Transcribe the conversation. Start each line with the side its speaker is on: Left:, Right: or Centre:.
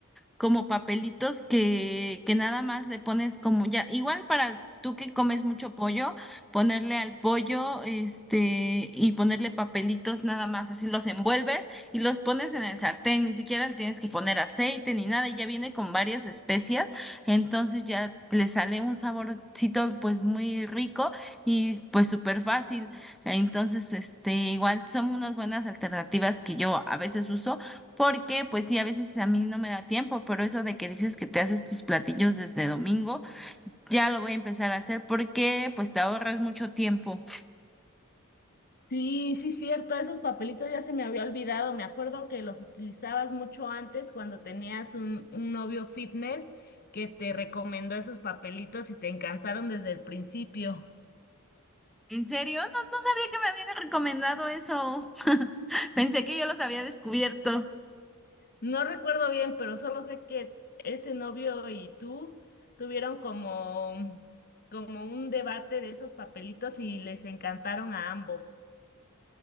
Centre: como papelitos que, que nada más le pones como ya, igual para tú que comes mucho pollo, ponerle al pollo, este, y ponerle papelitos nada más, así los envuelves y los pones en el sartén, ni siquiera le tienes que poner aceite ni nada, y ya viene con varias especias, entonces ya le sale un saborcito pues muy rico y pues súper fácil. Entonces, este, igual son unas buenas alternativas que yo a veces uso, porque pues sí, a veces a mí no me da tiempo, pero eso de que dices que te haces tus platillos desde domingo, ya lo voy a empezar a hacer porque pues te ahorras mucho tiempo.
Left: Sí, sí, cierto, esos papelitos ya se me había olvidado. Me acuerdo que los utilizabas mucho antes cuando tenías un, un novio fitness que te recomendó esos papelitos y te encantaron desde el principio.
Centre: ¿En serio? No, no sabía que me habían recomendado eso. <laughs> Pensé que yo los había descubierto.
Left: No recuerdo bien, pero solo sé que ese novio y tú tuvieron como, como un debate de esos papelitos y les encantaron a ambos.